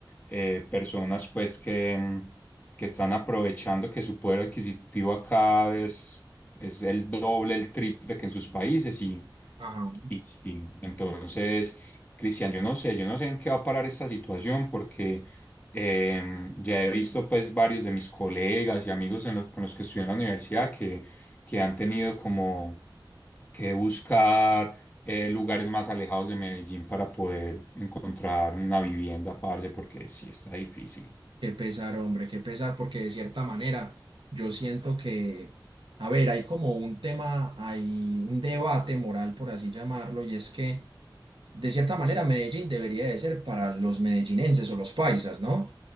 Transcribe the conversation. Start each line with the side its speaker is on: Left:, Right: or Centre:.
Left: eh, personas pues que, mm, que están aprovechando que su poder adquisitivo acá es, es el doble, el triple que en sus países. Y,
Right: Ajá.
Left: y, y entonces, Cristian, yo no sé, yo no sé en qué va a parar esta situación porque em, ya he visto pues varios de mis colegas y amigos en los- con los que estudié en la universidad que han tenido como que buscar eh, lugares más alejados de Medellín para poder encontrar una vivienda, parce, porque sí está difícil.
Right: Qué pesar, hombre, qué pesar, porque de cierta manera yo siento que, a ver, hay como un tema, hay un debate moral, por así llamarlo, y es que de cierta manera Medellín debería de ser para los medellinenses o los paisas, ¿no?